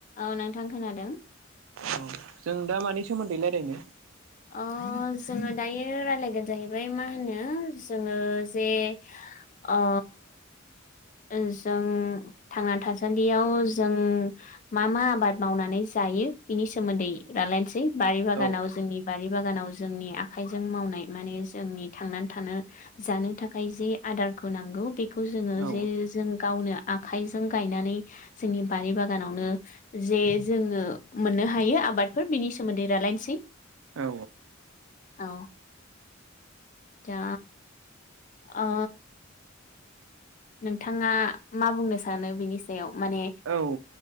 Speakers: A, on the left (about 40°); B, on the right (about 75°).
A: औ नोंथां खोनादों
B: औ जों दा मानि सोमोन्दै रायलायनो
A: अ जोङो दायो रायलायगोन जाहैबाय मा होनो जोङो जे आ जों थांना थासान्दियाव जों मा-मा आबाद मावनानै जायो जायो बिनि सोमोन्दै रलायनोसै बारि बागानाव
B: औ
A: जोंनि बारि बागानाव जोंनि आखाइजों मावनाय मान जोंनि थांनानै थानो जानो थाखाय जि आदार नांगौ बेखौ जो
B: औ
A: जे जो गावनो आखाइजों गायनानै जोंनि बारि बागानावनो जे जोङो मोन हायो आबादफोर बिनि सोमोन्दै रालायनोसै
B: औ
A: औ जा ओ नोंथाङा मा बुंनो सानो बिनि सायाव माने
B: औ